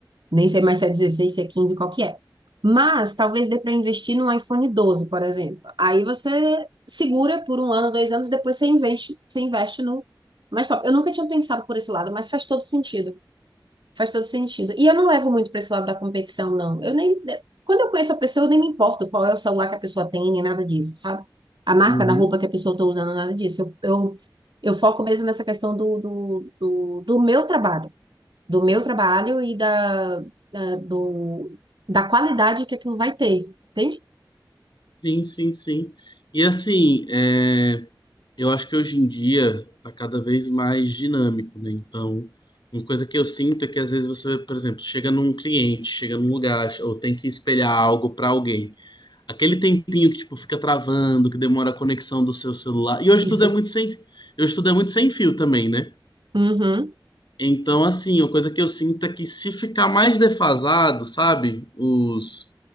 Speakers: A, on the right (about 75°); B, on the left (about 65°).
A: Nem sei mais se é 16 se é 15 qual que é. Mas talvez dê para investir num iPhone 12, por exemplo. Aí você segura por um ano, dois anos, depois você investe, você investe no mais top. Eu nunca tinha pensado por esse lado, mas faz todo sentido. Faz todo sentido. E eu não levo muito para esse lado da competição, não. Eu nem. Quando eu conheço a pessoa, eu nem me importo qual é o celular que a pessoa tem, nem nada disso, sabe? A marca
B: uhum.
A: da roupa que a pessoa está usando, nada disso. Eu, eu, eu foco mesmo nessa questão do, do, do, do meu trabalho do meu trabalho e da, da, do, da qualidade que aquilo vai ter, entende?
B: Sim, sim, sim. E assim, é, Eu acho que hoje em dia tá cada vez mais dinâmico, né? Então, uma coisa que eu sinto é que às vezes você, por exemplo, chega num cliente, chega num lugar, ou tem que espelhar algo para alguém. Aquele tempinho que tipo fica travando, que demora a conexão do seu celular. E hoje
A: Isso.
B: tudo é muito sem, hoje tudo é muito sem fio também, né?
A: Uhum,
B: Então, assim, a coisa que eu sinto é que se ficar mais defasado, sabe, os,